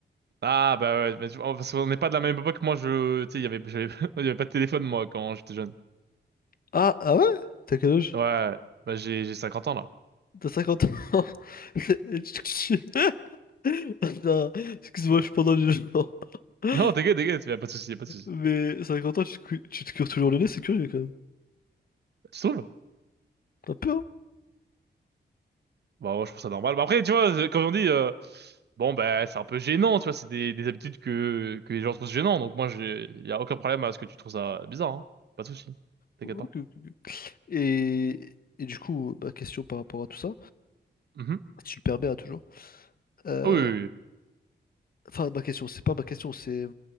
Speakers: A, on the right; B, on the left.
A: Ah, bah ouais, mais tu- oh, parce qu'on n'est pas de la même époque. Moi, je, tu sais, il y avait, j'avais- <laughs> il y avait pas de téléphone, moi, quand j'étais jeune.
B: Ah, ah ouais? T'as quel âge?
A: Ouais, bah j'ai, j'ai 50 ans, là.
B: T'as cinquante ans. <laughs> Non, excuse-moi, je suis pendant le jugement. <laughs>
A: Non, t'inquiète, t'inquiète, y a pas de souci, y a pas de souci.
B: Mais 50 ans, tu te, cou- tu te cures toujours le nez, c'est curieux, quand même.
A: Tu trouves?
B: Un peu, hein?
A: Bah, moi, je trouve ça normal. Bah, après, tu vois, comme on dit, euh, bon, bah, c'est un peu gênant, tu vois, c'est des, des habitudes que, que les gens trouvent gênant. Donc, moi, j'ai, y a aucun problème à ce que tu trouves ça bizarre, hein. Pas de souci. T'inquiète
B: Ok,
A: pas.
B: ok, ok. Et, et du coup, ma question par rapport à tout ça,
A: Mhm.
B: super bien, toujours. Euh,
A: Oui, oui, oui.
B: Enfin, ma question, c'est pas ma question, c'est.